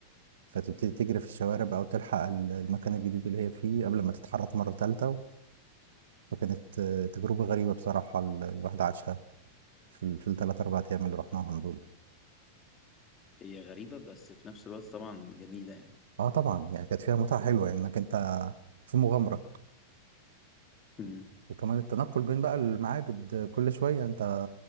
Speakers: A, on the right; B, on the left.
A: فتبتدي تجري في الشوارع بقى وتلحق ال- المكان الجديد اللي هي فيه قبل ما تتحرك مرة تالتة فكانت آه، تجربة غريبة بصراحة ال- الواحد عاشها في ال- في الثلاث أربع أيام اللي رحناهم دول
B: هي غريبة بس في نفس الوقت طبعا جميلة يعني
A: اه طبعا يعني كانت فيها متعة حلوة يعني انك انت في مغامرة
B: امم
A: وكمان التنقل بين بقى المعابد آه، كل شوية انت